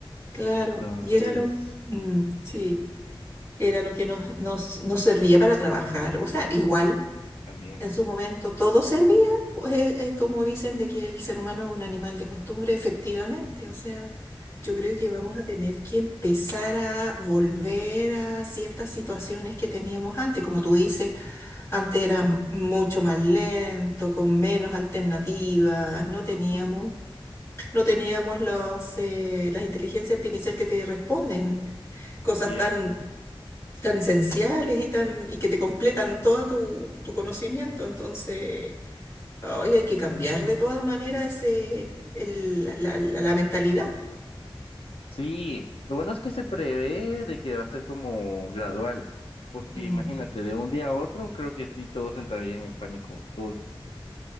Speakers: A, on the left; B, on the left.
A: claro.
B: Entonces,
A: Y era lo, mm,
B: mm,
A: sí,
B: mm,
A: era lo que nos, nos, nos servía para trabajar. O sea, igual.
B: también.
A: En su momento todo servía, eh, eh, como dicen de que el ser humano es un animal de costumbre, efectivamente. O sea, yo creo que vamos a tener que empezar a volver a ciertas situaciones que teníamos antes. Como tú dices, antes era m- mucho más lento, con menos alternativas, no teníamos,
B: ujú, ujú,
A: no teníamos los, eh, las inteligencias artificiales que te responden, cosas
B: Cierto.
A: tan, tan esenciales y tan, y que te completan todo tu, tu conocimiento. Entonces. Hoy hay que cambiar de todas maneras eh, el- la, la- la- la mentalidad.
B: Sí, lo bueno es que se prevé de que va a ser como gradual, porque
A: Mm,
B: imagínate, de un día a otro, creo que sí, todos entrarían en pánico, todos